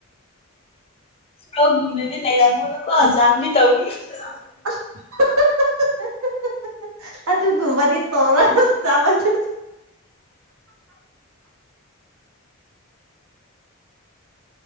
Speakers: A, on the left; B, on the right.
A: ꯍꯧꯒꯨꯝꯅꯗꯤ ꯂꯩꯔꯝꯃꯣꯢꯕꯀꯣ ꯖꯥꯝꯗꯤ ꯇꯧꯒꯅꯨ <unintelligible>
B: <unintelligible> ꯑꯗꯨꯒꯨꯝꯕꯗꯤ ꯇꯣꯔꯣꯢ <unintelligible>